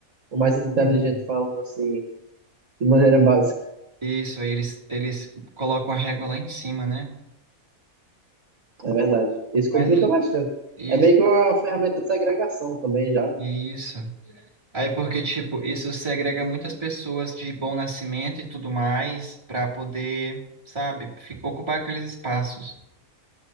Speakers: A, on the right; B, on the right.
A: ou mais inteligente,
B: E-
A: falando assim, de maneira básica.
B: Isso, aí eles, eles colocam a régua lá em cima, né?
A: É verdade. Isso complica
B: Mas
A: bastante.
B: isso,
A: É meio que uma ferramenta de segregação também já, né?
B: isso. Aí porque, tipo, isso segrega muitas pessoas de bom nascimento e tudo mais para poder, sabe, fi- ocupar aqueles espaços.